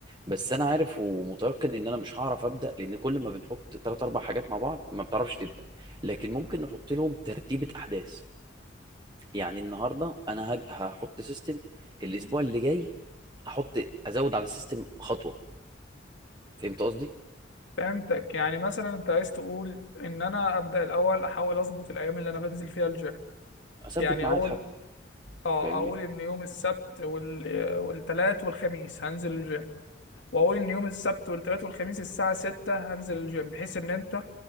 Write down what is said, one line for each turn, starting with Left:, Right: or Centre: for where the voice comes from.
Right: بس انا عارف ومتيقن ان انا مش هعرف ابدا لان كل ما بنحط ثلاث اربع حاجات مع بعض ما بتعرفش تبدا لكن ممكن نحط لهم ترتيبه احداث يعني النهارده انا هج- هحط سيستم الاسبوع اللي جاي احط ازود على السيستم خطوه فهمت قصدي
Left: فهمتك يعني مثلا انت عايز تقول ان انا ابدا الاول احاول اظبط الايام اللي انا بنزل فيها الجيم
Right: اثبت
Left: يعني
Right: ميعاد
Left: اقول
Right: حتى
Left: اه
Right: فاهمني
Left: اقول ان يوم السبت وال... والتلات والخميس هنزل الجيم واقول ان يوم السبت والتلات والخميس الساعه 6 هنزل الجيم بحيث ان انت